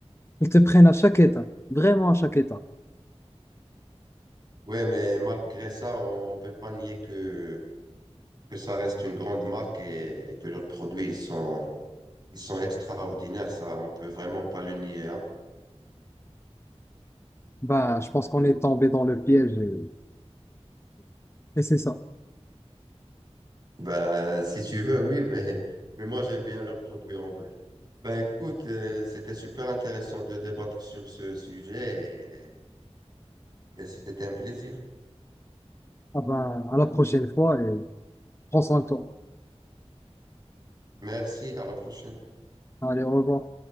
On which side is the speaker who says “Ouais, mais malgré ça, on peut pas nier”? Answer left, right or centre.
Right